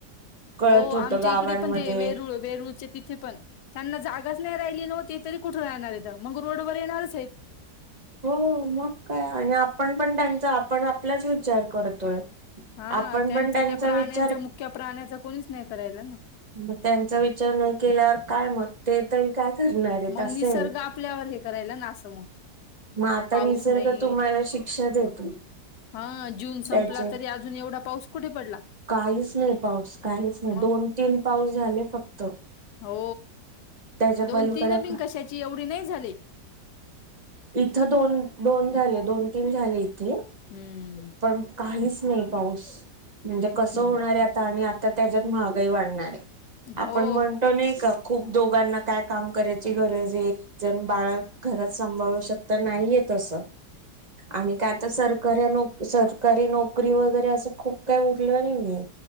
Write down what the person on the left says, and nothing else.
हो
आमच्या
इकडे पण ते वेरूळ वेरूळचे तिथे पण. त्यांना जागाच नाही राहिली नव्हती तरी कुठे राणार आहेथ मग रोडवर येणारच आहेत.
हा
त्यांचा
त्या प्राण्यांचा
मुक्या प्राण्यांचा कोणीच नाही करायला ना.
मग
निसर्ग
आपल्यावर हे करायला ना असं मग.
पाऊस
नाही
हा जून संपला
तरी अजून एवढा पाऊस कुठे पडला?
मग
हो
दोन
तीन बिन कशाची एवढी नाही झाले
हम्म.
हम्म.
हो